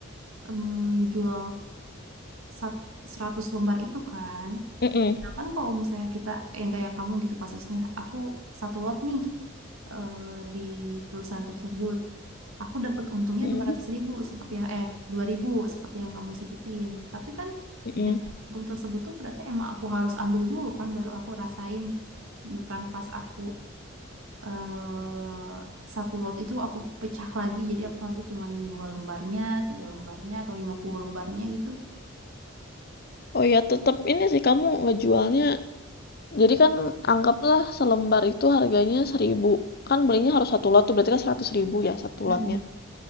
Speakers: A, on the right (about 75°); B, on the left (about 45°).
A: em, jual sat- 100 lembar itu kan.
B: Mm-mm.
A: Nah, kan kalau misalnya kita eh, yang kayak kamu gitu kasusnya, aku satu lot nih eh, di perusahaan tersebut. Aku dapat untungnya
B: Mm-mm.
A: 200 ribu seperti yang eh 2000 seperti yang kamu sebutin. Tapi kan
B: Mm-mm.
A: dengan untung tersebut tuh berarti emang aku harus ambil dulu kan baru aku rasain bukan pas aku eh satu lot itu aku pecah lagi jadi aku ngambil cuma dua lembarnya tiga lembarnya atau lima puluh lembarnya gitu
B: Oh ya, tetap ini sih kamu ngejualnya. Jadi kan anggaplah selembar itu harganya seribu Kan belinya harus satu lot tuh berarti kan 100.000 ya satu
A: Mm-mm.
B: lotnya.